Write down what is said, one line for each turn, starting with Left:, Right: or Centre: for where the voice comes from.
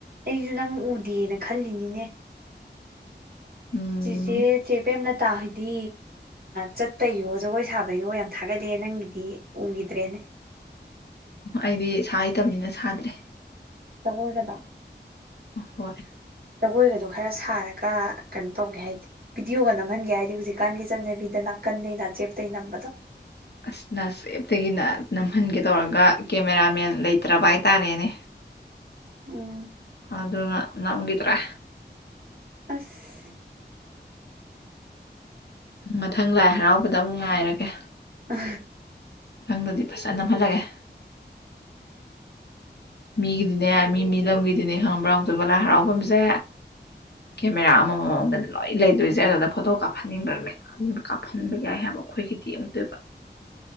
Right: ꯑꯩꯁꯨ ꯅꯪ ꯎꯗꯦꯅ ꯈꯜꯂꯤꯅꯤꯅꯦ
Left: ꯎꯝ
Right: ꯆꯁꯦ ꯆꯦꯄꯦ ꯇꯥꯥ ꯍꯣꯏꯗꯤ ꯆꯠꯇꯌꯣ ꯖꯒꯣꯏ ꯁꯥꯕꯌꯣ ꯌꯥꯝ ꯊꯥꯒꯠꯂꯑꯦ ꯅꯪꯒꯤꯗꯤ ꯎꯈꯤꯗ꯭ꯔꯦꯅꯦ
Left: ꯑꯩꯗꯤ ꯁꯥ ꯍꯩꯇꯕꯅꯤꯅ ꯁꯥꯗ꯭ꯔꯦ
Right: ꯇꯒꯣꯏꯗꯕ
Left: ꯍꯣꯏ
Right: ꯖꯒꯣꯏꯒꯗꯣ ꯈꯔ ꯁꯥꯔꯒ ꯀꯩꯅꯣ ꯇꯧꯒꯦ ꯍꯥꯏꯗꯤ ꯚꯤꯗꯤꯑꯣꯒ ꯅꯝꯍꯟꯒꯦ ꯍꯥꯏꯗꯤ ꯍꯧꯖꯤꯛꯀꯥꯟꯒꯤ ꯆꯠꯅꯕꯤꯗꯅ ꯅꯥ ꯀꯟꯗꯩꯅꯆꯦꯞꯇꯩ ꯅꯝꯕꯗꯣ
Left: ꯑꯁ ꯅꯁꯦꯞꯇꯒꯤꯅ ꯅꯝꯍꯟꯒꯦ ꯇꯧꯔꯒ ꯀꯦꯃꯦꯔꯥꯃꯦꯟ ꯂꯩꯇ꯭ꯔꯕ ꯍꯥꯏꯇꯥꯥꯔꯦꯅꯦ
Right: ꯎꯝ
Left: ꯑꯅ ꯅꯪꯒꯗ꯭ꯔꯥ
Right: ꯑꯁ
Left: ꯃꯊꯪ ꯂꯥꯏ ꯍꯔꯥꯎꯕꯗ ꯑꯃꯨꯛ ꯉꯥꯏꯔꯒꯦ
Right: ꯎ
Left: ꯅꯪꯗꯨꯗꯤ ꯐꯖ ꯅꯝꯍꯜꯂꯒꯦ ꯃꯤꯒꯤꯗꯤꯅꯦ ꯃꯤ ꯃꯤ ꯂꯝꯒꯤꯗꯤꯅꯦ ꯈꯪꯕ꯭ꯔꯥ ꯍꯧꯪ ꯆꯕ ꯂꯥꯏ ꯍꯔꯥꯎꯐꯝꯁꯦ ꯀꯦꯃꯦꯔꯥ ꯑꯃꯃꯝꯗꯗꯤ ꯂꯣꯏ ꯂꯩꯗꯣꯏꯁꯦ ꯑꯗꯨꯗ ꯐꯣꯇꯣ ꯀꯥꯞꯍꯟꯅꯤꯡꯕ ꯃꯌꯥꯝ ꯀꯥꯞꯍꯟꯕ ꯌꯥꯏ ꯍꯥꯏꯕꯀꯣ ꯑꯩꯈꯣꯏꯒꯤꯗꯤ ꯌꯦꯡꯛꯇꯣꯏꯕ